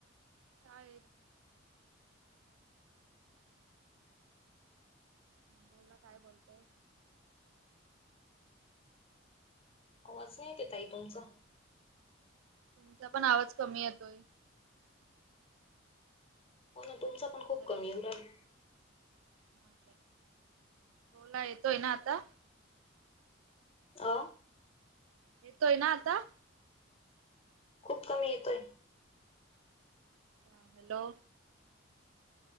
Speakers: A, on the right (about 85°); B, on the left (about 30°).
A: शाळेत. बोला काय बोलतय.
B: आवाज नाही येतेताई तुमचा.
A: तुमचा पण आवाज कमी येतोय.
B: हो ना तुमचा पण खूप
A: हॅलो
B: कमी उऊ राहील.
A: हा बोला येतोय ना आता.
B: आ,
A: येतोय ना आता.
B: खूप कमी येतोय.
A: हा hello,